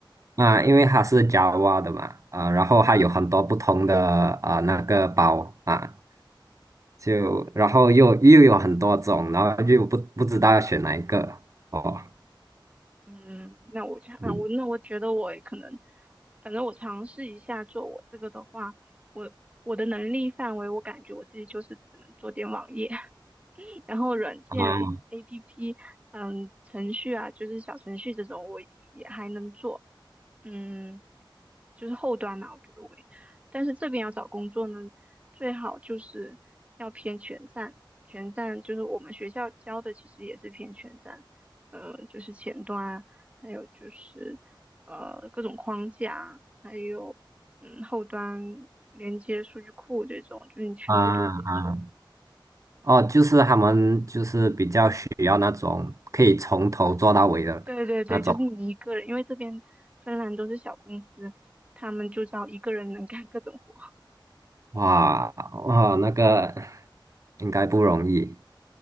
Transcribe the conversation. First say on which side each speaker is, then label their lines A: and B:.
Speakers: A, on the right (about 40°); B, on the right (about 15°).
A: 啊，因为它是 Java 的嘛啊、然后它有很多不同的啊、那个包啊，就然后又又有很多种，然后又不不知道要选哪一个哦，
B: 嗯，那我就啊，
A: 嗯
B: 我那我觉得我可能，反正我尝试一下做我这个的话，我我的能力范围，我感觉我自己就是只能做点网页，然后软件
A: 啊
B: APP，嗯，程序啊，就是小程序这种，我也还能做，嗯，就是后端嘛，我觉得我也，但是这边要找工作呢，最好就是要偏全站，全站就是我们学校教的，其实也是偏全站，呃，就是前端啊，还有就是呃各种框架啊还有嗯后端连接数据库这种，就是你全部都得做。
A: 啊啊。哦，就是他们就是比较需要那种可以从头做到尾的那种，
B: 对对对，就是你一个人，因为这边芬兰都是小公司，他们就招一个人能干各种活。
A: 哇哇，那个应该不容易，